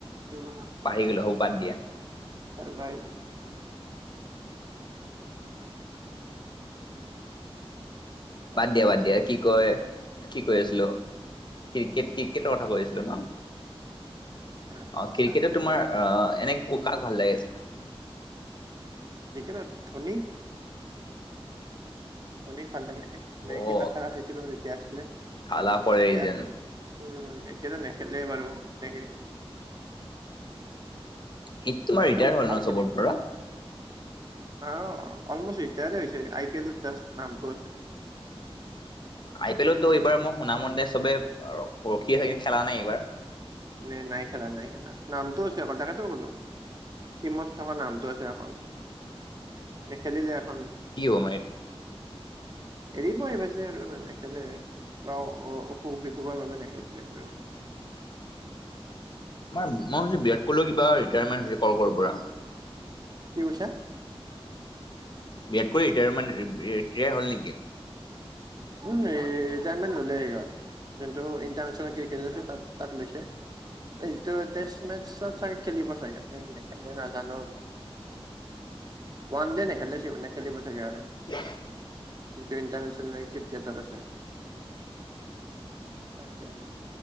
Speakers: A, on the right; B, on the left.
A: ম,
B: পাহৰি গ'লো হ'ব বাদ দিয়া
A: <unintelligible> চাৰ্ভাইভ
B: বাদ দিয়া বাদ
A: চাৰ্ভাইভ
B: দিয়া কি কয় কি কৈ আছিলো ক্ৰিকেট ক্ৰিকেটৰ কথা কৈ আছিলো ন।
A: উম,
B: অ ক্ৰিকেটটো
A: চাৰ
B: তোমাৰ আহ এনে ক কাক ভাল লাগি আছে,
A: ক্ৰিকেটত ধনী। ধনীক ভাল থাকে এ ধনীয়ে
B: অ
A: কেই খেলা আহিছিলো যেতিয়া আছিলে
B: থালা ফৰ
A: এতিয়াতো।
B: এ ৰিজন
A: উম এতিয়াতো নেখেলে বাৰু তেনেকে।
B: সি তোমাৰ
A: তেওঁ
B: ৰিটায়াৰ হ'ল
A: ভাল
B: ন
A: খেলিছিলে।
B: চবৰ পৰা
A: অ অলমষ্ট এতিয়াৰে হৈছে আই পি এলৰ জাষ্ট নামটো আছে।
B: আই পি এলতো এইবাৰ মই শুনা মতে চবে ৰখি আছে কিন্তু খেলা নাই এইবাৰ,
A: ন নাই খেলা নাই খেলা নামটো আছে অকল তাকটো কলো টিমত, থকা নামটো আছে এখন নেখেলিলে এখন,
B: কি হ মই,
A: এৰিব আহিব যে আৰু নানে নেখেলে। বা অসুখ বিসুখৰ বাবে নেখেলে।
B: তাৰ মইছো বিৰাট কোলিৰ কিবা ৰিটায়াৰমেণ্ট হৈছে কল কলৰ পৰা।
A: কি কৈছা।
B: বিৰাট কলী ৰিটায়াৰমেণ্ট হ'ল নেকি।
A: উম ৰিটায়মেট ললেই সিহত যোনটো ইন্টাৰনেছনেলৰ <unintelligible> তাত লৈছে। যিটো টেষ্ট মেচত চাগে খেলিব চাগে নেখেতে নাজানো আৰু ওৱান ডে নেখেলিব নেখেলিব চাগে আৰু
B: <unintelligible>
A: যিটো ইণ্টাৰনেচনেল ক্ৰিকেটত আছে তাকে।